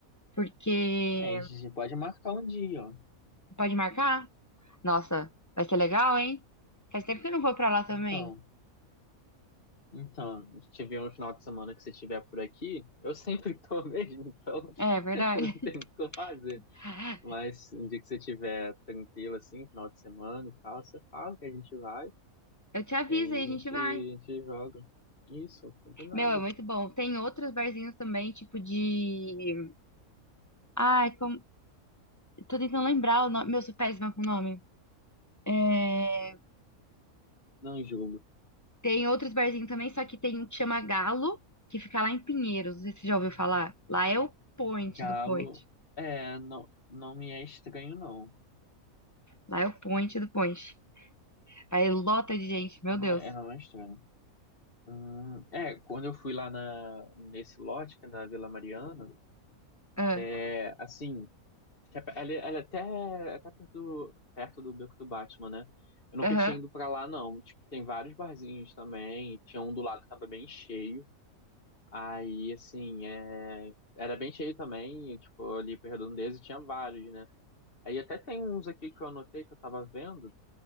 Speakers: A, on the left; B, on the left.
A: Porque
B: Aí a gente pode marcar um dia, ó.
A: pode marcar? Nossa, vai ser legal, hein? Faz tempo que eu não vou pra lá também.
B: Então, então, se tiver um final de semana que você estiver por aqui, eu sempre tô <laughs> mesmo, então
A: É, verdade.
B: <laughs> não tem muito o que eu fazer.
A: <laughs>
B: Mas um dia que você estiver tranquilo, assim, final de semana e tal, você fala que a gente vai,
A: Eu te aviso
B: e aí
A: aí,
B: a
A: a
B: gente,
A: gente vai.
B: a gente joga. Isso, combinado.
A: Meu, é muito bom. Tem outros barzinhos também, tipo de. Ai, como... tô tentando lembrar o nome. Meu, eu sou péssima com o nome. É...
B: Não julgo.
A: Tem outros barzinhos também, só que tem um que chama Galo, que fica lá em Pinheiros. Não sei se você já ouviu falar. Lá é o point
B: Galo,
A: do point.
B: é, não, não me é estranho, não.
A: Lá é o point do point. Aí lota de gente, meu
B: Não,
A: Deus.
B: é, não é estranho. Hum, é, quando eu fui lá na, nesse lote, que é na Vila Mariana,
A: Ah,
B: é, assim, que é pe- ela, ela é até, até perto do, perto do Beco do Batman, né? Eu nunca
A: aham.
B: tinha ido pra lá, não. Tipo, tem vários barzinhos também, tinha um do lado que tava bem cheio. Aí, assim, é, era bem cheio também, e, tipo, ali pra Redondeza tinha vários, né? Aí até tem uns aqui que eu anotei, que eu tava vendo,